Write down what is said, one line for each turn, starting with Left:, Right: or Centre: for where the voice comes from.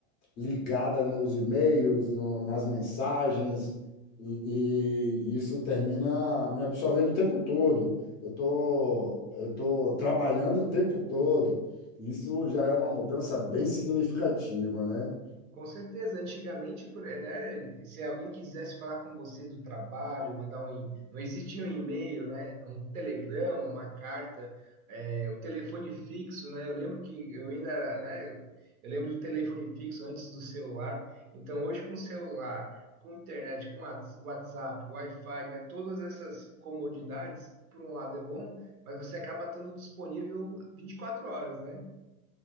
Left: ligada nos e-mails, no- nas mensagens, e, e isso termina me absorvendo o tempo todo. Eu tô, eu tô trabalhando o tempo todo. Isso já é uma mudança bem significativa, né?
Right: Com certeza, antigamente, por- né, se alguém quisesse falar com você do trabalho, mandar um, e- não existia um e-mail, né, um telegrama, uma carta, é, o telefone fixo, né, eu lembro que eu ainda era, né, eu, eu lembro do telefone fixo antes do celular, então hoje com celular, com internet, com Whats- WhatsApp, Wi-Fi, né, todas essas comodidades, por um lado é bom, mas você acaba estando disponível 24 horas, né?